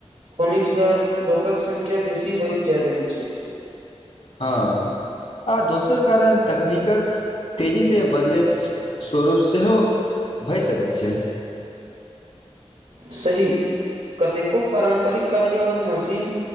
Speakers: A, on the right; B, on the left.
A: खोनिजगर लोकक संख्या बेसी होएत जा रहल छै।
B: हां आ दोसर कारण तकनीकक तेजी से बदलैत स्वरूप सेहो भए सकैत छै।
A: सही कतेको पारम्परिक कार्य आब मशीन